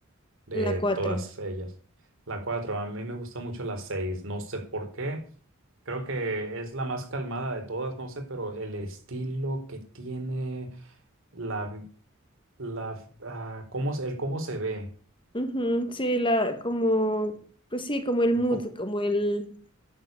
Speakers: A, on the right (about 65°); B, on the left (about 25°).
A: de
B: La cuatro.
A: todas ellas. La cuatro a mí me gusta mucho la seis no sé por qué. Creo que es la más calmada de todas, no sé, pero el estilo que tiene, la, vi- la, ah, cómo, se- el cómo se ve.
B: Ujú, Sí, la, como, pues sí, como el mood,
A: un po-
B: como el...